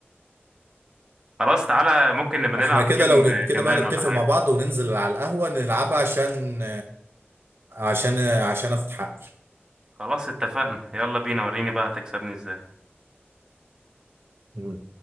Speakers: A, on the right; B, on the right.
A: خلاص تعالى ممكن نبقى نلعب
B: احنا كده
A: جيم
B: لو نت... كده
A: كمان
B: بقى نتفق
A: ولا حاجة
B: مع بعض وننزل على القهوة نلعبها عشان عشان عشان اخد حقي
A: خلاص اتفقنا يلا بينا وريني بقى هتكسبني ازاي
B: مم.